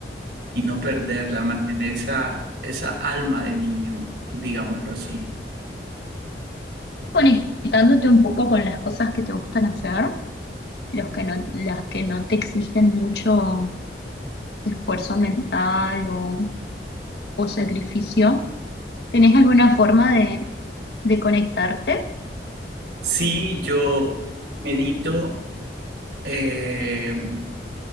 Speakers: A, on the right; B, on the left.
A: y no perderla, mantener esa, esa alma de niño, digámoslo así?
B: conectándote un poco con las cosas que te gustan hacer, los que no, las que no te exigen mucho esfuerzo mental o, o sacrificio. ¿Tenés alguna forma de, de conectarte?
A: Sí, yo medito. eh,